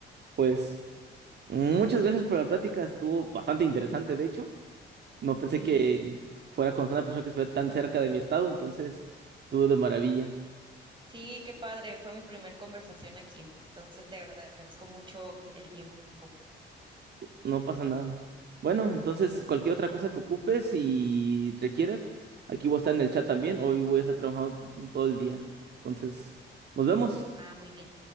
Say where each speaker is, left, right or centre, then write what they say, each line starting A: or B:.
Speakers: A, on the right; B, on the right.
A: Pues muchas gracias por la plática, estuvo bastante interesante, de hecho. No
B: Sí,
A: pensé que fuera con una persona que estuviera tan cerca de mi estado, entonces estuvo de maravilla.
B: sí, qué padre. Fue mi primer conversación aquí. Entonces te agradezco mucho el tiempo.
A: No pasa nada. Bueno, entonces cualquier otra cosa que ocupes y requieras, aquí voy a estar en el chat también. Hoy voy a estar trabajando todo el día. Entonces, nos vemos.
B: Ah, muy bien.